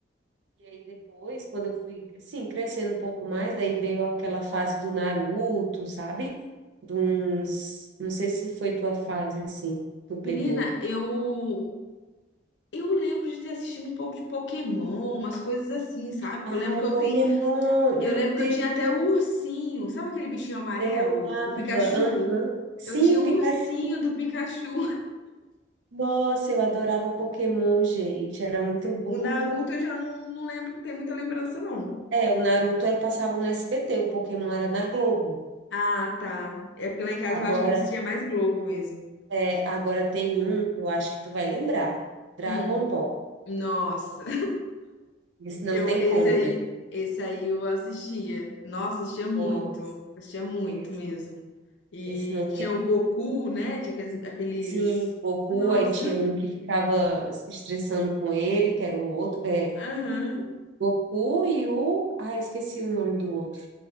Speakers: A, on the right; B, on the left.
A: E aí depois, quando eu fui, assim, crescendo um pouco mais, daí veio aquela fase do Naruto, sabe? De uns, não sei se foi tua fase, assim, que tu pegou.
B: Menina, eu eu lembro de ter assistido um pouco de Pokémon, umas coisas assim, sabe?
A: Ai,
B: Que eu lembro que
A: Pokémon,
B: eu tenho, eu
A: meu
B: lembro
A: Deus,
B: que eu tinha até o ursinho, sabe aquele bichinho amarelo,
A: eu amava.
B: o Pikachu?
A: Aham. Sim,
B: Eu tinha
A: o
B: um
A: Pikachu.
B: ursinho do Pikachu.
A: Nossa, eu adorava o Pokémon, gente, era muito bom.
B: O Naruto eu já não, não lembro, não tem muita lembrança, não.
A: É, o Naruto era, passava no SBT, o Pokémon era na Globo.
B: Ah, tá. É porque lá em casa
A: Agora,
B: eu acho que a gente assistia mais Globo mesmo.
A: é, agora tem um que eu acho que tu vai lembrar, Dragon
B: Hum,
A: Ball.
B: nossa.
A: Esse não
B: Eu,
A: tem
B: esse
A: como,
B: aí,
A: né?
B: esse aí eu assistia. Nossa, assistia muito.
A: Nossa,
B: Assistia muito
A: esse,
B: mesmo. E
A: esse não tem.
B: tinha o Goku, né? Tinha aqueles... aqueles-
A: Sim, Goku,
B: Nossa.
A: aí tinha um que ficava se estressando com ele, que era o outro. É,
B: Aham.
A: Goku e o. Ah, esqueci o nome do outro.